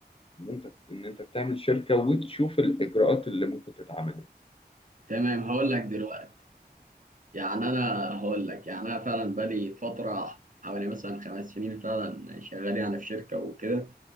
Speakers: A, on the left; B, on the right.
A: ان انت ان انت تعمل شركه وتشوف الاجراءات اللي ممكن تتعمل
B: تمام هقول لك دلوقتي يعني انا هقول لك يعني انا فعلا بقالي فتره حوالي مثلا خمس سنين فعلا شغال يعني في شركه وكده